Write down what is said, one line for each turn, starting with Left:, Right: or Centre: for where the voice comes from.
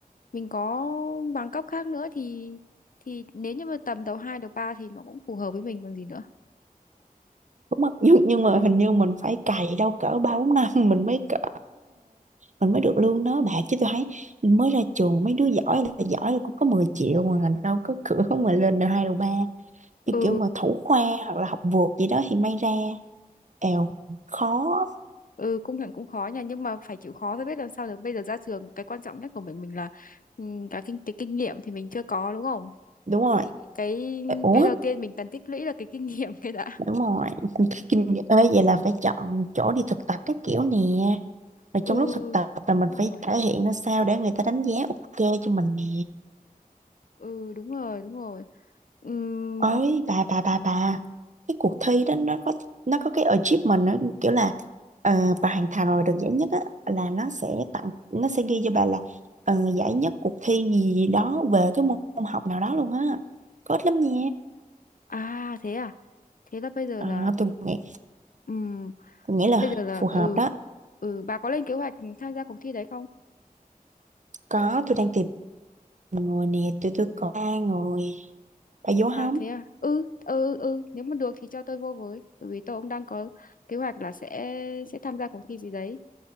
Left: mình có bằng cấp khác nữa thì thì nếu như mà tầm đầu 2 đầu 3 thì nó cũng phù hợp với mình còn gì nữa.
Right: đúng không? nhưng nhưng mà hình như mình phải cày đâu cỡ ba bốn năm <laughs> mình mới cỡ mình mới được lương đó bạn chứ tôi thấy mới ra trường mấy đứa giỏi là giỏi là cũng có mười triệu mà đâu có cửa mà lên được hai đầu ba như
Left: Ừ,
Right: kiểu mà thủ khoa hoặc là học vượt gì đó thì may ra èo khó
Left: ừ công nhận cũng khó nha, nhưng mà phải chịu khó thôi biết làm sao được. Bây giờ ra trường cái quan trọng nhất của mình mình là ừm, cái kinh cái kinh nghiệm thì mình chưa có đúng không?
Right: đúng rồi
Left: Cái
Right: ủa
Left: cái đầu tiên mình cần tích lũy là cái kinh nghiệm <laughs> cái đã.
Right: đúng rồi <laughs> kinh nghiệm ơi vậy là phải chọn chỗ đi thực tập các kiểu nè và
Left: ừ
Right: trong lúc thực tập là mình
Left: đúng
Right: phải
Left: rồi
Right: thể hiện ra sao để người ta đánh giá ok cho mình nè
Left: ừ đúng rồi đúng rồi Ừm,
Right: ấy bà bà bà bà cái cuộc thi đó nó có nó có cái achievement nó kiểu là ờ, bà hoàn thành rồi được giải nhất á là nó sẽ tặng nó sẽ ghi cho bà là ờ, giải nhất cuộc thi gì, gì đó về cái môn học nào đó luôn á có ít lắm nha
Left: à thế à thế là bây giờ
Right: Ờ,
Left: là
Right: tôi nghĩ
Left: ừm,
Right: tôi nghĩ là
Left: bây giờ là
Right: phù hợp
Left: ừ
Right: đó
Left: ừ bà có lên kế hoạch tham gia cuộc thi đấy không
Right: có tôi đang tìm người nè tôi tôi có ba người bà vô
Left: à
Right: không
Left: thế à ừ ừ ừ nếu mà được thì cho tôi vô với bởi vì tôi cũng đang có kế hoạch là sẽ sẽ tham gia cuộc thi gì đấy